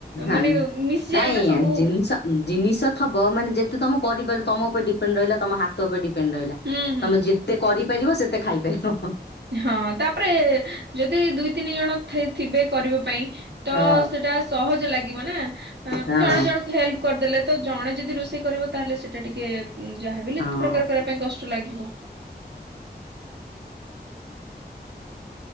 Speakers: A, on the left; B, on the right.
A: ହଁ
B: ମାନେ ମିଶିଯାଏ
A: ନାଇଁ
B: ନା ସବୁ
A: ଜିନଷ ଜିନିଷ ଥବ ମାନେ ଯେତେ ତମ କରିପାର ତମ ଉପରେ ଡିପେଣ୍ଡ ରହିଲା ତମ ହାତ ଉପରେ ଡିପେଣ୍ଡ ରହିଲା,
B: ହୁଁ ହୁଁ
A: ତମେ
B: ହୁଁ।
A: ଯେତେ କରିପାରିବ ସେତେ ଖାଇପାରିବ।
B: ହଁ ତାପରେ ଯଦି ଦୁଇ ତିନି ଜଣ ଥିବେ କରିବା ପାଇଁ। ତ
A: ହଁ
B: ସେଟା ସହଜ ଲାଗିବ ନା, ଜଣେ
A: ହଁ
B: ଜଣଙ୍କୁ ହେଲ୍ପ କରିଦେଲେ। ତ ଜଣେ ଯଦି ରୋଷେଇ କରିବ ତାହେଲେ ସେଇଟା ଟିକେ ଯାହାବ ଲତ
A: ହଁ
B: ପ୍ରକାର କରିବା ପାଇଁ କଷ୍ଟ ଲାଗିବ। <inaudible>